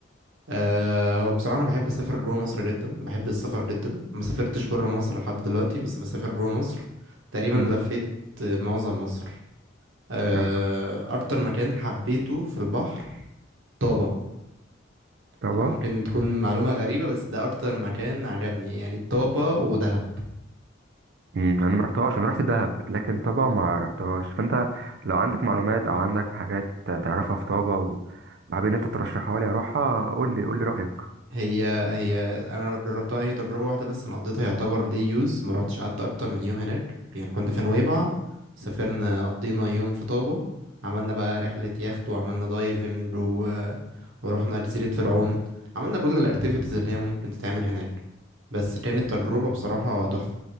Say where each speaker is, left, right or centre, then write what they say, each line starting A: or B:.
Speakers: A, on the right; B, on the right.
A: أه هو بصراحة أنا بحب أسافر جوا مصر جدا بحب السفر جدا ما سافرتش برا مصر لحد دلوقتي بس بسافر جوا مصر تقريبا لفيت
B: امم
A: معظم مصر أه
B: اه
A: أكتر مكان حبيته في البحر طابة
B: طبعا
A: يعني ممكن تكون معلومة غريبة بس ده أكتر مكان عجبني يعني طابة ودهب
B: امم انا ما رحتهاش انا رحت دهب لكن طبعا ما رحتهاش فانت لو عندك معلومات او عندك حاجات تعرفها في طابة و- وحابب ان انت ترشحها لي اروحها قول لي قول لي رايك
A: هي هي انا جربتها هي تجربه واحده بس انا قضيتها يعتبر دي يوز ما روحتش قعدت اكتر من يوم هناك يعني كنت في نويبع
B: مم.
A: سافرنا قضينا يوم في طابة عملنا بقى رحله يخت وعملنا دايفنج و... ورحنا جزيره فرعون عملنا كل الاكتيفيتيز اللي هي ممكن تتعمل هناك بس كانت تجربه بصراحه تحفه